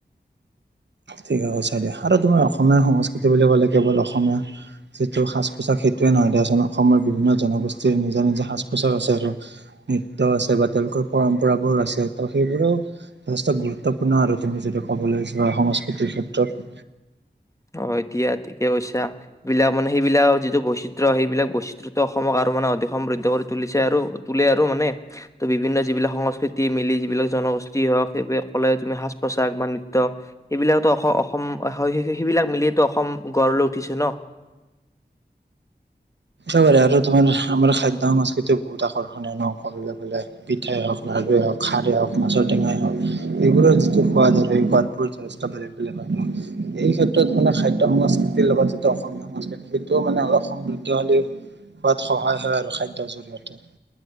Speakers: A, on the right; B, on the left.
A: ঠিকে কৈছা দিয়া আৰু তুমাৰ অসমীয়া সংস্কৃতি বুলি ক'লে, কেৱল অসমীয়া যিটো সাজ পোছাক সেইটোৱে নহয় দিয়া চোন, অসমৰ বিভিন্ন জনগোষ্ঠীৰ নিজা নিজা সাজ পোছাক আছে আৰু, নৃত্য আছে বা তেওঁলোকৰ পৰম্পৰাবোৰ আছে ত' সেইবোৰৰেও যথেষ্ট গুৰুত্বপূৰ্ণ আৰু তুমি যদি ক'বলৈ যোৱা সংস্কৃতি এইটো ক্ষেত্ৰত
B: অ এতিয়া ঠিকে কৈছা। এইবিলাক মানে সেইবিলাক যিটো বৈচিত্ৰ্য, সেইবিলাক বৈচিত্ৰ অসমক আৰু মানে অধিক সমৃদ্ধ কৰি তুলিছে আৰু তোলে আৰু মানে, ত বিভিন্ন যিবিলাক সংস্কৃতি মিলি যিবিলাক জনগোষ্ঠী হওক সেইবিলাক কলে তুমি সাজ পোছাক বা নৃত্য সেইবিলাকো অসম সেইবিলাক মিলি ত অসম গঢ় লৈ উঠিছে ন।
A: একবাৰে আৰু তোমাৰ আমাৰ খাদ্য সংস্কৃতি বহুত আকৰ্ষণীয় ন, কবলৈ গলে পিঠাই হওক লাড়ুয়ে হওক, খাৰেই হওক, মাছৰ টেঙাই হওক, এইবোৰৰ যিটো সোৱাদ, আৰু সেই সোৱাদবোৰ যথেষ্ট বেলেগ বেলেগ হয়, এই ক্ষেত্ৰত মানে খাদ্যয় সংস্কৃতিৰ লগত যিটো অসমীয়া সংস্কৃতি সেইটোও মানে অলপ সম খোৱাত সহায় হয় আৰু খাদ্যৰ জৰিয়তে